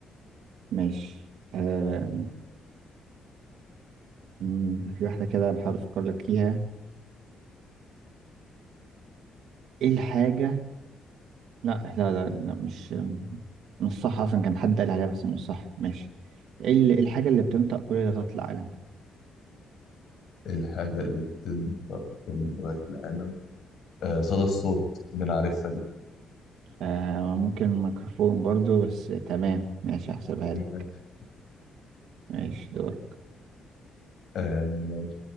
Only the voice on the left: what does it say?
الحاجه اللي بتنطق كل لغات العالم آه صدى الصوت بنعرفها دي
<laughs>
آه